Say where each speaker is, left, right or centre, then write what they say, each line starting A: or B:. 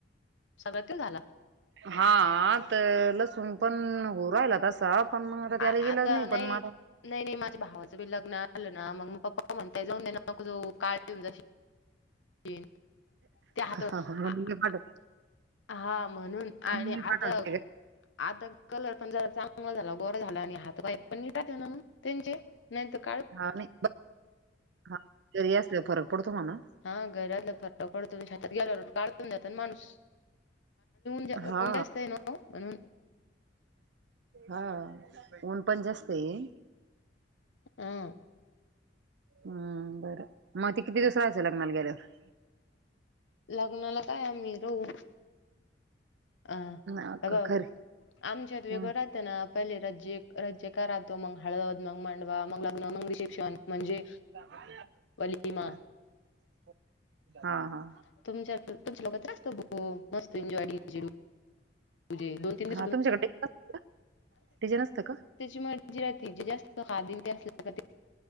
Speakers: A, on the left (about 80°); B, on the right (about 65°).
A: सगळं त झाला.
B: हा तर लसुण पण हो राहिला तसा. पण मग त्याला
A: आ
B: ईलाज
A: आता
B: नाही पण मग.
A: नाही नाही माझ्या भावाचं बी लग्न आलं ना मग मग पप्पा म्हणता जाऊन दे ना मग जो काळ येऊन. तीन त्या
B: म्हणून मी पाठव
A: <inaudible> हा म्हणून आणि
B: मी
A: आता
B: पाठवते ग
A: आता कलर पण झाला चांगला झाला गोर झाला आणि हात बाय पण निटात ना मग त्यांचे. नाही त
B: हा नाही हा घरी असल्यावर फरक पडतो मला
A: हा घरी असल्यावर घरातलं फटाफडतो छातात गेला काढून जात ना माणूस. म्हणजे
B: हा
A: ऊन जास्त आहे ना म्हणून.
B: हा ऊन पण जास्त आहे.
A: हम.
B: हम् बरं मग ते किती दिवस राहायचं लग्नाला गेल्यावर?
A: लग्नाला काय आम्ही रहू अ
B: हा
A: अ
B: का खरी
A: आमच्यात वेगळं
B: ह
A: राहतं ना पहिले राजे राज्य <inaudible> तो मग हळद, मग मांडवा, मग लग्न, मग रिसेप्शन म्हणजे
B: <unintelligible>
A: वलीमा
B: हा हा.
A: <unintelligible> <unintelligible> त्याची
B: हा तुमच्याकडे डिझाईन असतं का
A: मर्जी राहते जे जास्त खादी अस <inaudible>